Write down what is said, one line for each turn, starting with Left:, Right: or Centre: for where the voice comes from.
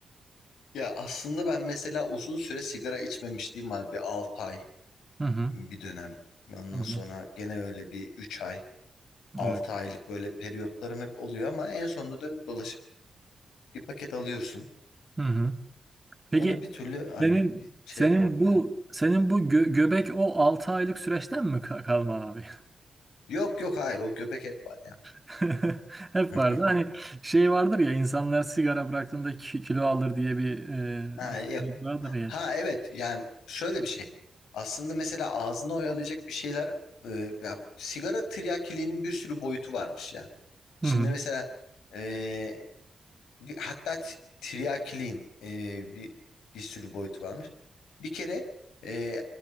Left: Ya aslında ben mesela uzun süre sigara içmemişliğim var. Bir 6 ay
Right: Hı hı.
Left: bir dönem. Ondan
Right: Hı hı.
Left: sonra gene öyle bir 3 ay. Altı
Right: Evet.
Left: aylık böyle periyotlarım hep oluyor ama en sonunda dönüp dolaşıp bir paket alıyorsun.
Right: Hı hı. Peki
Left: Onu bir türlü hani
Right: senin
Left: bir şey
Right: senin
Left: yapamadım
Right: bu
Left: ya.
Right: senin bu gö- göbek o 6 aylık süreçten mi ka- kalma abi?
Left: Yok yok hayır o göbek hep var ya.
Right: <laughs> Hep
Left: <laughs>
Right: vardı. Hani şey vardır ya insanlar sigara bıraktığında ki- kilo alır diye bir e,
Left: Ha yok.
Right: vardır ya.
Left: Ha evet yani şöyle bir şey. Aslında mesela ağzını oyalayacak bir şeyler e, ya, sigara tiryakiliğinin bir sürü boyutu varmış ya. Şimdi
Right: Hı hı.
Left: mesela e, Bir, hatta t- tiryakiliğin e, bir, bir sürü boyut varmış. Bir kere e,